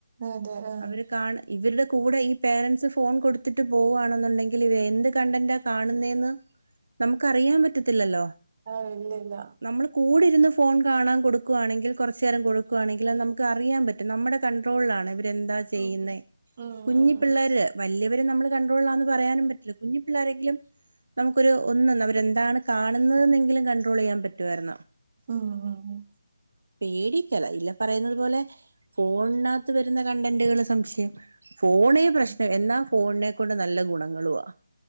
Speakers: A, on the right (about 35°); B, on the right (about 65°).
A: അതെ ആഹ്
B: അവര് കാണ് ഇവരുടെ കൂടെ ഈ പേരൻറ്സ് ഫോൺ കൊടുത്തിട്ട് പോവുകവാണെന്നുണ്ടെങ്കിൽ എന്ത് കണ്ടന്റ കാണുന്നന്ന് നമുക്കറിയാൻ പറ്റത്തില്ലല്ലോ
A: ആഹ് ഇല്ല ഇല്ല
B: നമ്മള് കൂടിരുന്ന് ഫോൺ കാണാൻ കൊടുക്കുവാണെങ്കിൽ കൊറച്ചേരം കൊടുക്കുവാണെങ്കിലത് നമുക്ക് അറിയാൻ പറ്റും നമ്മടെ കൺട്രോളിലാണ് ഇവരെന്താ ചെയ്യുന്നെ
A: ഉം ഉം
B: കുഞ്ഞി
A: ഉം
B: പിള്ളേര് വല്യവര് നമ്മള് കൺട്രോൾലാന്ന് പറയാനും പറ്റില്ല കുഞ്ഞിപ്പിള്ളാരെങ്കിലും നമക്കൊരു ഒന്നൊന്നവരെന്താണ് കാണുന്നതന്നെങ്കിലും കണ്ട്രോള് ചെയ്യാൻ പറ്റുവാരുന്നു.
A: ഉം ഉം ഉം.
B: പേടിക്കല ഇല്ലം പറയുന്നത് പോലെ ഫോണിനകത്ത് വരുന്ന കണ്ടന്റുകള് സംശയം. ഫോണെ പ്രശ്നം.
A: ഉം,
B: എന്നാ ഫോണിനെക്കൊണ്ട് നല്ല ഗുണങ്ങളുവാ.